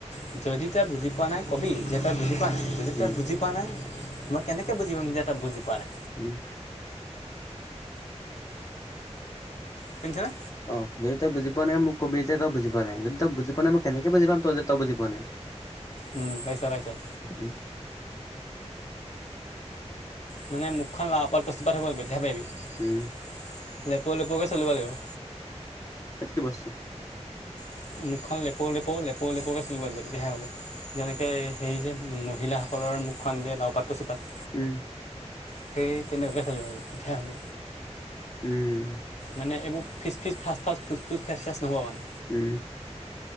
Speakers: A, on the left (about 75°); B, on the left (about 30°).
A: দিছোঁ যদি তই বুজি পোৱা নাই কবি যে তই বুজি পোৱা নাই। যদি
B: উম
A: তই বুজি পোৱা নাই মই কেনেকে বুজি পাম যে তই বুজি পোৱা নাই।
B: উম।
A: শুনিছা নে?
B: অ, যদি তই বুজি পোৱা নাই মোক কবি যে তই বুজি পোৱা নাই যদি তই বুজি পোৱা নাই মই কেনেকে বুজি পাম তই যে তই বুজি পোৱা নাই।
A: উম, পাইছোঁ পাইছোঁ
B: উম
A: মানে মুখখন লাভ ক'ৰপাত কষ্টপাত হ'ব বৈধাই পাৰিবি
B: উম
A: লেপৌ লেপুৰকে চলিব লাগিব
B: সেইটো কি বস্ত?
A: <inaudible> মুখখন লেপৌ লেপৌ লেপৌ লেপৌকৈ চলিব লাগিব তেতিয়াহে হ'ব যেনেকৈ হেৰি যে মহিলাসকলৰ মুখ যে লাও পাত কচুপাত
B: উম',
A: সেই তেনেকুৱাই চলিব আৰু তেতিয়া হ'ব
B: উম',
A: মানে এইবোৰ ফিচ ফিচ ফাস ফাস ফুচ ফুচ ফেচ ফেচ নহ'ব মানে
B: উম',